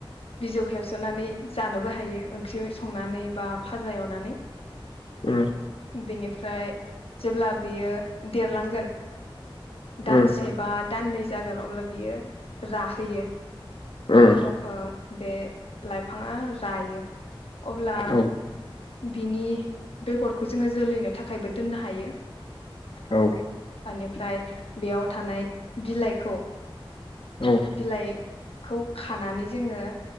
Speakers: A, on the left (about 90°); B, on the left (about 60°).
A: बिजौ खेबसनानै जानोबो हायो ओंख्रि संनानै बा फाजा एवनानै
B: उम
A: बेनिफ्राय जेब्ला बियो देरलांगोन दानसे
B: उम
A: बा दाननै जागोन अब्ला बियो राहैयो
B: उम
A: दं ओ बे लाइफ फाङा रायो अब्ला
B: औ
A: बिनि बेगरखौ खौ जोङो जोलैनो थाखायबो दोननो हायो
B: औ
A: ओनिफ्राय बेयाव थानाय बिलाइखौ
B: उम औ
A: बिलाइखौ खानानै जोङो